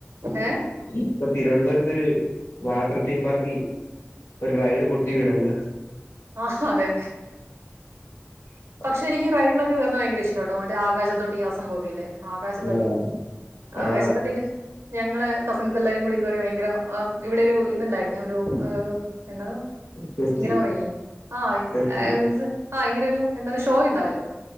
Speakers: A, on the right; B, on the left.
A: ഏ
B: ഇപ്പൊ തിരുവനന്തപുരത്ത് ഒര് വാട്ടർ തീം പാർക്ക് ഒരു റൈഡ് പൊട്ടി വീണല്ലോ
A: ആഹ് അതെ
B: ഉം
A: പക്ഷെ എനിക്ക്റൈഡിലൊക്കെ കെ റുന്നത് ഭയങ്കര ഇഷ്ടട്ടോ മറ്റേ ആകശത്തൊട്ട് ആഹ് സംഭവ ഒക്കെ യില്ലേ ആകാശത്തൊട്ടി
B: ആ ആ
A: ആകാശത്തൊട്ടിയില് ഞങ്ങള് കസിൻസ് എല്ലാരും കൂടി കേറി ഭയങ്കര ഇവിടെ ഒരു ഇതുണ്ടായിരുന്നേ ഒരു എന്നത്
B: ഫെസ്റ്റ്
A: ഇങ്ങനെ പറയില്ലേ ആഹ്
B: ഫെസ്റ്റ്
A: മീൻസ് ആഹ് ഇങ്ങനെ ഒരു എന്താണ് ഷോ ഉണ്ടാവില്ലേ